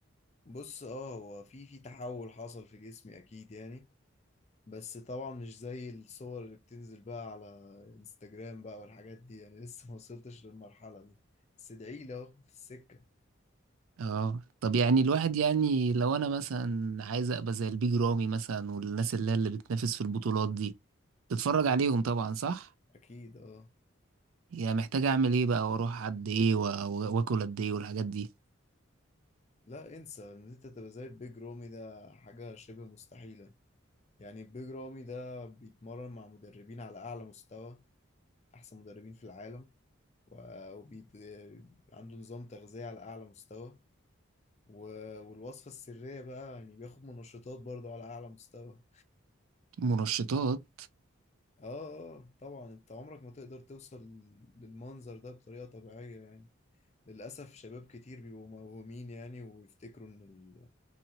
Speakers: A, on the left; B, on the right.
A: بص اه هو في في تحول حصل في جسمي اكيد يعني بس طبعا مش زي الصور اللي بتنزل بقى على انستجرام بقى والحاجات دي يعني لسه <laughs> ما وصلتش للمرحلة دي بس ادعي لي اهو في السكة
B: اه طب يعني الواحد يعني لو انا مثلا عايز ابقى زي البيج رامي مثلا والناس اللي هي اللي بتنافس في البطولات دي تتفرج عليهم طبعا صح
A: اكيد اه
B: هي محتاجة أعمل إيه بقى وأروح قد إيه و- و- وآكل قد إيه والحاجات دي
A: لا انسى ان انت تبقى زي البيج رامي ده حاجة شبه مستحيلة يعني البيج رامي ده بيتمرن مع مدربين على اعلى مستوى احسن مدربين في العالم و- وبيت عنده نظام تغذية على اعلى مستوى و- والوصفة السرية بقى يعني بياخد منشطات برضه على اعلى مستوى
B: منشطات
A: اه آه، طبعا انت عمرك ما تقدر توصل للمنظر ده بطريقة طبيعية يعني للأسف شباب كتير بيبقوا موهومين يعني ويفتكروا ان ال-